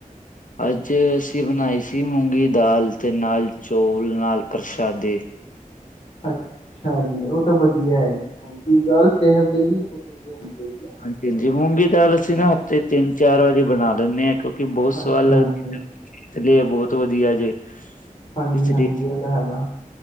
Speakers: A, on the left; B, on the left.
A: ਅੱਜ ਅਸੀਂ ਬਣਾਈ ਸੀ ਮੂੰਗੀ ਦਾਲ ਅਤੇ ਨਾਲ ਚੌਲ, ਨਾਲ ਪ੍ਰਸ਼ਾਦੇ।
B: ਅੱਛਾ ਜੀ ਉਹ ਤਾਂ ਵਧੀਆ ਹੈਗੀ ਹ ਗੱਲ ਸਿਹਤ ਦੇ ਲਈ ਬਹੁਤ ਵਧੀਆ ਹੁੰਦੀ ਹੈਗੀ ਆ।
A: ਹਾਂਜੀ -ਹਾਂਜੀ ਮੂੰਗੀ ਦਾਲ ਅਸੀਂ ਨਾ ਹਫ਼ਤੇ ਤਿੰਨ- ਚਾਰ ਵਾਰੀ ਬਣਾ ਲੈਂਦੇ ਹਾਂ ਕਿਉਂਕਿ ਬਹੁਤ
B: ਹਾਂਜੀ
A: ਸਵਾਦ ਲੱਗਦੀ
B: ਹਾਂਜੀ
A: ਹੈ। ਇਥ ਲਈ ਬਹੁਤ ਵਧੀਆ ਜੇ।
B: ਹਾਂਜੀ
A: ਇਸ
B: -ਹਾਂਜੀ
A: ਲਈ
B: ਇਹ ਤਾਂ ਹੈਗਾ।